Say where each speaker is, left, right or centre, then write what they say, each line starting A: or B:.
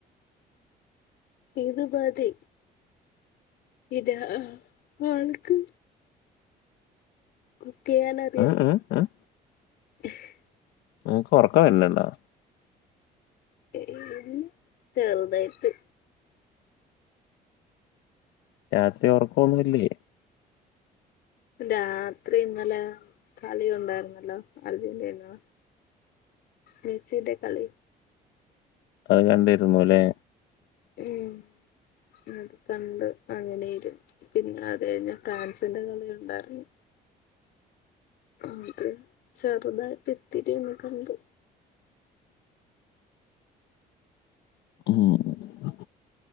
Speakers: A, on the left; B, on the left.
A: ഇത് മതി ഇത് ആൾക്ക് കുക്കെയ്യാനറിയണം
B: ഏഹ് ഏഹ് ഏഹ്
A: <inaudible>
B: നിങ്ങക്ക് ഒറക്കം വര്ണ്ണ്ടോ
A: ഏയില്ല ചെറുതായിട്ട്
B: രാത്രി ഒറക്കോന്നു ല്ലേ
A: രാത്രി ഇന്നലെ കളികണ്ടായിരുന്നല്ലോ അർജൻ്റീനാ മെസ്സീടെ കളി
B: അത് കണ്ടിരുന്നൂലേ
A: ഉം ഉം കണ്ടു അങ്ങനേയിരുന്ന് പിന്നത് കഴിഞ്ഞ് ഫ്രാൻസിന്റെ കളി കണ്ടാര്ന്നു ആ ത് ചെറുതായിട്ടിത്തിരിയൊന്ന് കണ്ടു
B: ഉം